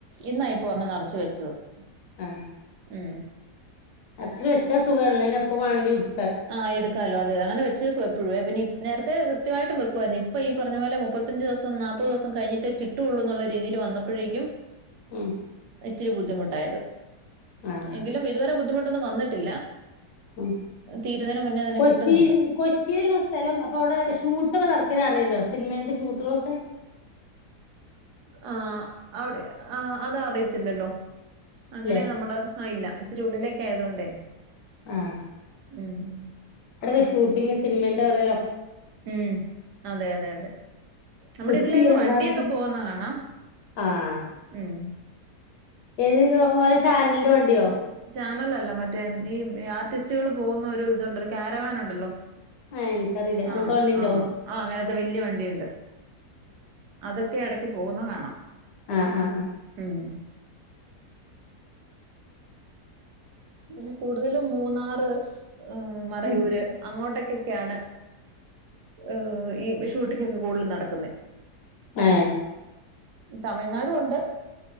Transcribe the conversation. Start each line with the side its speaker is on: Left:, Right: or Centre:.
Right: ഇന്നാ ഇപ്പൊ ഒരെണ്ണ നറച്ച് വെച്ചത് <inaudible>
Left: ആ
Right: മ്
Left: അറച്ച് വെച്ചാ സുഖാണ് ന്നാ ന്നെ എപ്പ വാണെങ്കിലും എട്
Right: ആ എടുക്കാലോ അതെ അങ്ങനെ വെച്ചെക്ക് എപ്പഴു പിന്നെ നേരത്തെ കൃത്യമായിട്ടും വെക്കുയിരുന്നു ഇപ്പൊ ഈ പറഞ്ഞ പോലെ മുപ്പത്തഞ്ച് ദിവസം നാപ്പത് ദിവസം കഴിഞ്ഞിട്ടെ കിട്ടുള്ളൂ എന്നുള്ള രീതിൽ വന്നപ്പ ഴേക്കും
Left: മ്
Right: ഇച്ചിരി ബുദ്ധിമുട്ടായത്
Left: ആഹ്
Right: എങ്കിലും ഇതുവരെ ബുദ്ധിമു ട്ടൊന്നു വന്നിട്ടില്ല
Left: ആ
Right: തീരുന്നതിന് മുന്നേ തന്നെ
Left: കൊച്ചി,
Right: കിട്ടുന്നുണ്ട്
Left: കൊച്ചി സ്ഥലം അപ്പൊ അവിടെ ഷൂട്ടൊക്കെ നടക്ക അറിയല്ലോ സിനിമന്റെ ഷൂട്ടുകളൊക്കെ
Right: ആ, അവിടെ ആ അത് അറിയത്തില്ലല്ലോ. അങ്ങനെ
Left: ല്ലേ
Right: നമ്മള് ആ, ഇല്ല ഇച്ചിരി ഉള്ളിലേക്ക് ആയതൊണ്ടേ
Left: ആ
Right: ഉം, ഉം
Left: അവിടൊക്കെ ഷൂട്ടിംങ് സിനിമേന്റെ പറയ
Right: ഉം, അതെ അതെ അതെ നമ്മുടെ
Left: കൊച്ചി
Right: ഇതിലേൊക്കെ
Left: എറണാകുളം
Right: വണ്ടിയൊക്കെ പോകുന്ന കാണാം,
Left: ആഹ്
Right: ഉം
Left: ഏത് ഓരോ ചാനലിന്റെ വണ്ടിയോ
Right: ചാനൽ അല്ല മറ്റേ ഈ ആർട്ടിസ്റ്റുകൾ പോകുന്ന ഒരു ഇതുണ്ടല്ലോ കാരവാൻ ഉണ്ടല്ലോ
Left: ഏഹ് ഇൻക്കറിയില്ല
Right: ആ,
Left: അങ്ങനത്തെ വണ്ടിണ്ടോ
Right: ആ, ആ അങ്ങനത്തെ വല്യ വണ്ടിയുണ്ട് അതൊക്കെ ഇട പോകുന്ന കാണാം
Left: അ അ അ
Right: ഉം പിന്നെ കൂടുതലും മൂന്നാറ് മറയൂര്
Left: ഉം
Right: അങ്ങോട്ടക്കൊക്കെയാണ് ഏ ഈ ഷൂട്ടിങ്ങ് ഒക്കെ കൂടുതലും നടക്കുന്നെ
Left: ഏ
Right: തമിഴ്നാടും ഉണ്ട്